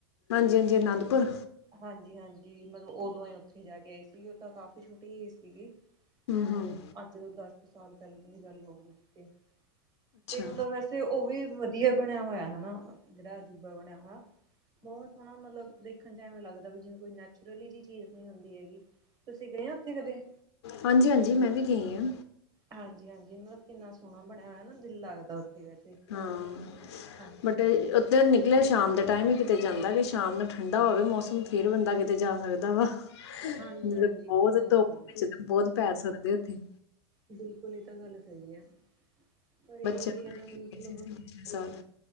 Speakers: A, on the left (about 80°); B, on the right (about 30°).
A: ਹਾਂਜੀ-ਹਾਂਜੀ, ਅਨੰਦਪੁਰ।
B: ਹਾਂਜੀ-ਹਾਂਜੀ, ਮਤਲਬ ਉਦੋਂਈ ਉੱਥੇ ਜਾ ਕੇ ਆਈ ਸੀਗੀ ਉਹ ਤਾਂ ਕਾਫ਼ੀ ਛੋਟੀ ਏਜ ਹੀ ਸੀਗੀ।
A: ਹਮ ਹਮ
B: ਮਤਲਬ ਅੱਜ ਤੋਂ ਦਸ ਕੁ ਸਾਲ ਪਹਿਲਾਂ ਦੀ ਗੱਲ ਹੋ ਗੀ ਕਿ
A: ਅੱਛਾ
B: ਤੇ ਮਤਲਬ ਵੈਸੇ ਤੇ ਉਹ ਵੀ ਵਧੀਆ ਬਣਿਆ ਹੋਇਆ ਹੈਨਾ ਜਿਹੜਾ ਅਜੂਬਾ ਬਣਿਆ ਹੋਇਆ। ਬਹੁਤ ਹੈਣਾ ਮਤਲਬ ਦੇਖਣ ਚ ਐਵੇਂ ਲੱਗਦਾ ਵੀ ਜਿਵੇਂ ਕੋਈ ਨੈਚੁਰਲੀ ਜਿਹੀ ਚੀਜ਼ ਨੀ ਹੁੰਦੀ ਹੈਗੀ। ਤੁਸੀਂ ਗਏ ਹੋ ਉੱਥੇ ਕਦੇ?
A: ਹਾਂਜੀ-ਹਾਂਜੀ ਮੈਂ ਵੀ ਗਈ ਹਾਂ।
B: ਹਾਂਜੀ-ਹਾਂਜੀ, ਮਤਲਬ ਕਿੰਨਾ ਸੋਹਣਾ ਬਣਿਆ ਹੋਇਆ ਨਾ ਦਿਲ ਲੱਗਦਾ ਉੱਥੇ। ਵੈਸੇ
A: ਹਾਂ,
B: ਹਾਂਜੀ
A: ਬਟ
B: ਹਾਂਜੀ
A: ਇੱਕ ਜ ਨਿਕਲਿਆ ਸ਼ਾਮ ਦੇ ਟਾਈਮ ਹੀ ਕਿਤੇ ਜਾਂਦਾ ਕਿ ਸ਼ਾਮ ਨੂੰ ਠੰਡਾ ਹੋਵੇ ਮੌਸਮ, ਫਿਰ ਬੰਦਾ ਕਿਤੇ ਜਾ ਸਕਦਾ ਵਾ।
B: ਹਾਂਜੀ
A: ਜ
B: ਹਾਂਜੀ ਇਹ
A: ਬਹੁਤ
B: ਤਾਂ ਗੱਲ
A: ਧੁੱਪ
B: ਸਹੀ
A: ਵਿੱਚ ਬਹੁਤ ਪੈਰ ਸੜਦੇ ਉੱਥੇ।
B: ਬਿਲਕੁਲ, ਇਹ ਤਾਂ ਗੱਲ ਸਹੀ ਹੈ। ਪਰ ਇਹੀ
A: ਬੱਚਿਆਂ ਨੂੰ
B: ਹੈ
A: ਲੈ
B: ਨਾ ਮਤਲਬ
A: ਕੇ ਗਏ ਸੀ ਪਿਛਲੇ ਸਾਲ।